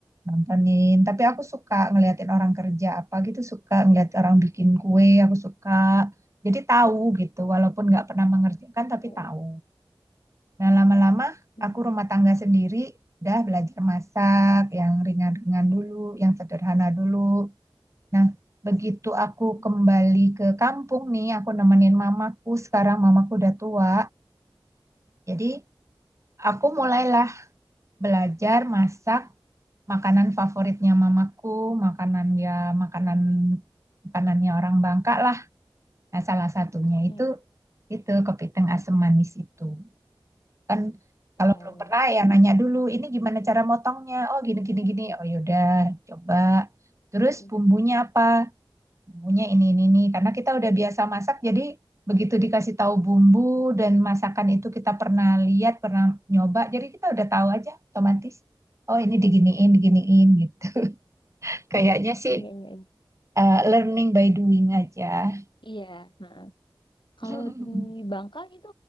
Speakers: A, on the right (about 35°); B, on the left (about 65°).
A: nontonin. Tapi aku suka ngeliatin orang kerja apa gitu, suka ngeliat orang bikin kue, aku suka. Jadi tahu gitu, walaupun nggak pernah mengerjakan tapi
B: iya,
A: tahu. Nah, lama-lama
B: mm-mm.
A: aku rumah tangga sendiri, udah belajar masak yang ringan-ringan dulu, yang sederhana dulu. Nah, begitu aku
B: Mm-mm.
A: kembali ke kampung nih, aku nemenin mamaku, sekarang mamaku udah tua. Jadi, aku mulailah belajar masak makanan favoritnya mamaku, makanan ya makanan makanannya orang Bangka lah. Nah, salah satunya
B: Iya,
A: itu itu kepiting asam manis itu. kan
B: oh
A: kalau belum
B: iya.
A: pernah ya nanya dulu ini gimana cara motongnya oh gini gini
B: Mm-mm.
A: gini oh yaudah coba terus
B: Mm-mm.
A: bumbunya apa bumbunya ini ini ini karena kita udah biasa masak jadi begitu dikasih tahu bumbu dan masakan itu kita pernah lihat pernah nyoba jadi kita udah tahu aja otomatis oh ini
B: Mm-mm.
A: diginiin diginiin gitu <laughs> kayaknya sih
B: Iya, iya, iya.
A: eh, learning by doing aja
B: Iya, heeh. Kalau
A: <laughs>
B: di Bangka itu